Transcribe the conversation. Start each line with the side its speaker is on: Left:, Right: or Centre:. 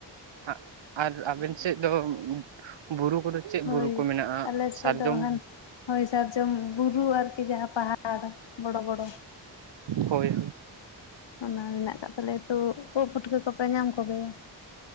Right: ᱟ ᱟᱨ ᱟᱵᱮᱱ ᱥᱮᱡ ᱫᱚ ᱵᱩᱨᱩ ᱠᱚᱫᱚ ᱪᱮᱫ
Left: ᱦᱳᱭ
Right: ᱵᱩᱨᱩ ᱠᱚ ᱢᱮᱱᱟᱜᱼᱟ
Left: ᱟᱞᱮ ᱥᱮᱫ
Right: ᱥᱟᱨᱡᱚᱢ?
Left: ᱫᱚ ᱦᱟᱱ ᱦᱳᱭ ᱥᱟᱨᱡᱚᱢ ᱵᱩᱨᱩ ᱟᱨᱠᱤ ᱡᱟᱦᱟᱸ ᱯᱟᱦᱟᱲ ᱵᱚᱲᱚ ᱵᱚᱲᱚ ᱾
Right: ᱦᱳᱭ
Left: ᱚᱱᱟ ᱢᱮᱱᱟᱜ ᱟᱠᱟᱫ ᱛᱟᱞᱮᱭᱟ, ᱛᱳ ᱳᱜ ᱯᱩᱴᱠᱟᱹ ᱠᱚᱯᱮ ᱧᱟᱢ ᱠᱚᱜᱮᱭᱟ?